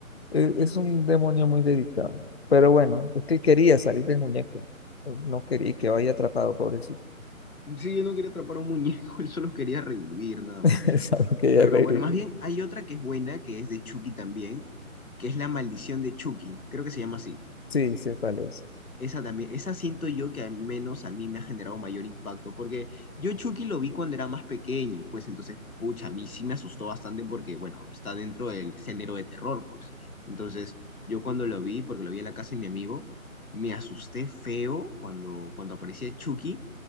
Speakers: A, on the left; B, on the left.
A: eh, es un demonio muy dedicado. Pero bueno, es que él quería salir del muñeco. No quería que vaya atrapado, pobrecito.
B: Sí, yo no quería atrapar a un muñeco, <laughs> yo solo quería revivir nada
A: <laughs>
B: más. Pero,
A: Eso es lo que
B: pero
A: ella le-
B: bueno,
A: dice.
B: más bien hay otra que es buena, que es de Chucky también, que es La Maldición de Chucky, creo que se llama así.
A: Sí, sí, cuál es.
B: Esa también, esa siento yo que al menos a mí me ha generado mayor impacto, porque yo Chucky lo vi cuando era más pequeño, pues entonces, pucha, a mí sí me asustó bastante porque, bueno, está dentro del género de terror, pues. Entonces, yo cuando lo vi, porque lo vi en la casa de mi amigo, me asusté feo cuando, cuando aparecía Chucky